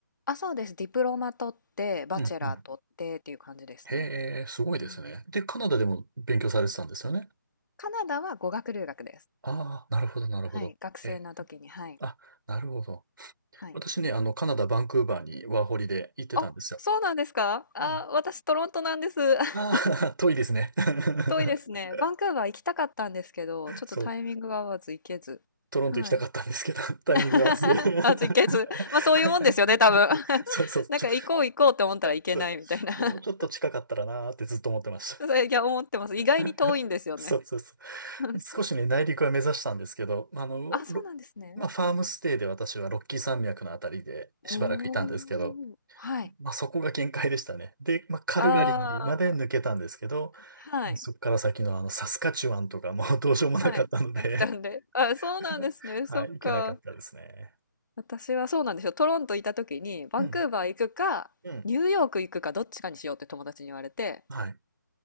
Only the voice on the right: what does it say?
うん、うん。へえ、すごいですね。
で、カナダでも勉強されてたんですよね。
ああ、なるほど、なるほど。
ええ、
あ、なるほど。
私ね、あの、カナダ・バンクーバーにワーホリで行ってたんですよ。
うん。
ああ、
<laughs> 遠いですね。<laughs>
そう、トロント行きたかったんですけど、
<laughs> タイミング合わず。
<laughs>
そうそう、
ちょ、
そう、もうちょっと近かったらなーってずっと思ってまし
た。<laughs> そうそうそ
う。少しね、内陸は目指したんですけど、あの、
ロまあ、ファームステイで私はロッキー山脈のあたりでしばらくいたんですけど、
まあ、そこが限界でしたね。で、まあ、カルガリーまで抜けたんですけど、
そこから先のあのサスカチュワンとかもうどうしようもなかったので
<laughs> はい、
行けなかったですね。
うん、うん、
はい。<laughs> ま